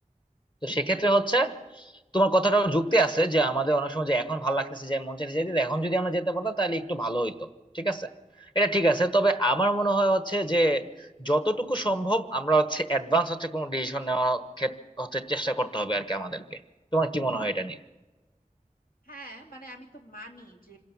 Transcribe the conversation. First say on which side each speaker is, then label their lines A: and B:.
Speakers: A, on the left (about 35°); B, on the left (about 85°).
A: তো সেক্ষেত্রে হচ্ছে তোমার কথাটাও যুক্তি আছে যে আমাদের অনেক সময় যে এখন ভালো লাগতেছে যে মন চাইতে যেতে এখন যদি আমরা যেতে পারতাম তাহলে একটু ভালো হইতো ঠিক আছে এটা ঠিক আছে তবে আমার মনে হয় হচ্ছে যে যতটুকু সম্ভব আমরা হচ্ছে অ্যাডভান্স হচ্ছে কোনো ডিসিশন নেওয়ার ক্ষেত্রে হচ্ছে চেষ্টা করতে হবে আর কি আমাদেরকে তোমার কি মনে হয় এটা নিয়ে
B: হ্যাঁ মানে আমি তো মানি যে